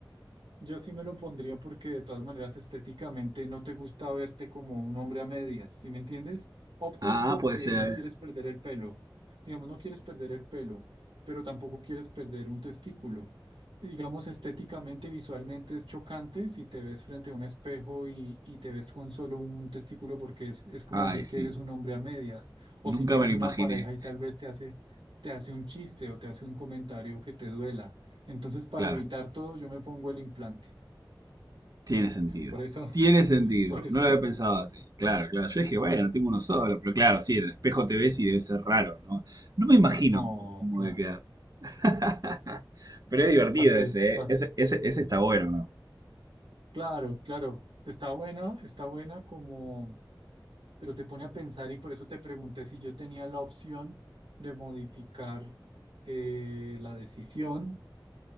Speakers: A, on the right; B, on the right.
A: Yo sí me lo pondría porque de todas maneras estéticamente no te gusta verte como un hombre a medias, ¿sí me entiendes? Optas
B: Ah,
A: porque
B: puede ser.
A: no quieres perder el pelo, digamos, no quieres perder el pelo, pero tampoco quieres perder un testículo. Y digamos, estéticamente, visualmente es chocante si te ves frente a un espejo y, y te ves con solo un testículo porque es, es como
B: Ay,
A: decir
B: sí.
A: que eres un hombre a medias, o
B: Nunca
A: si tienes
B: me lo imaginé.
A: una pareja y tal vez te hace, te hace un chiste o te hace un comentario que te duela. Entonces, para
B: Claro,
A: evitar todo, yo me pongo el implante.
B: tiene sentido.
A: Por eso, <laughs>
B: Tiene sentido.
A: por eso
B: No lo
A: te...
B: había pensado así. Claro, claro. Yo dije, bueno, tengo uno solo. Pero claro, sí, en el espejo te ves y debe ser raro, ¿no? No me imagino
A: No,
B: cómo, cómo
A: claro,
B: debe quedar. <laughs> Pero es divertido
A: va a ser
B: ese,
A: más...
B: ¿eh? Ese, ese, ese está bueno, ¿no?
A: Claro, claro, está buena, está buena como... Pero te pone a pensar y por eso te pregunté si yo tenía la opción de modificar eh, la decisión,